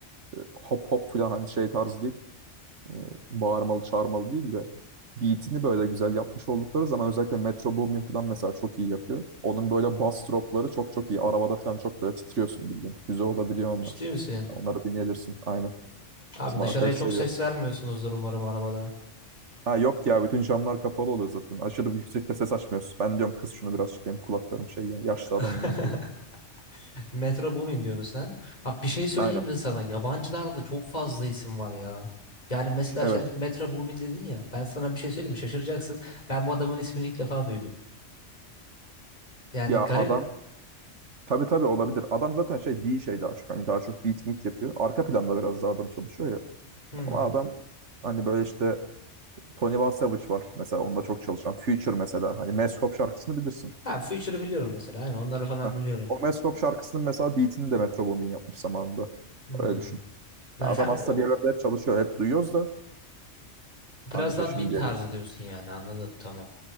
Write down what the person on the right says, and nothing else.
e, hop hop falan hani şey tarzı değil. e, bağırmalı çağırmalı değil de beatini böyle güzel yapmış oldukları zaman özellikle Metro Boomin falan mesela çok iyi yapıyor. Onun böyle bass dropları çok çok iyi. Arabada falan çok böyle titriyorsun bildiğin. Güzel olabiliyor onlar.
Onları dinleyebilirsin. Aynen.
Bizim
arkadaş
seviyor.
Ha yok ya bütün camlar kapalı oluyor zaten. Aşırı yüksekte ses açmıyorsun. Ben diyorum kız şunu birazcık benim kulaklarım şey yani yaşlı
adamım ben diyorum.
Aynen.
Evet.
Ya
adam tabii tabii olabilir. Adam zaten şey değil şey daha çok. Hani daha çok beat meet yapıyor. Arka planda biraz daha adam çalışıyor ya.
Ama adam hani böyle işte Tony Van Savage var mesela onunla çok çalışan. Future mesela hani Mask Off şarkısını bilirsin.
Heh.
O Mask Off şarkısının mesela beatini de Metro Boomin yapmış zamanında.
Öyle düşün.
Ya Adam
aslında
bir yerlerde hep çalışıyor. Hep duyuyoruz da
anca
şimdiye
gel.